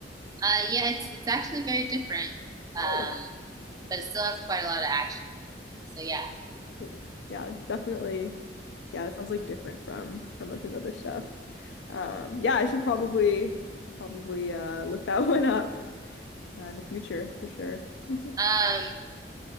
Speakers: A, on the right (about 20°); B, on the left (about 75°).
A: Uh, yeah, it's it's actually very different. Um,
B: Oh,
A: but it still has quite a lot of action. So yeah.
B: cool. Yeah, definitely. Yeah, that sounds like different from some of his other stuff. Um, yeah, I should probably should probably uh look that <laughs> one up uh, in the future for sure. <laughs>
A: Um,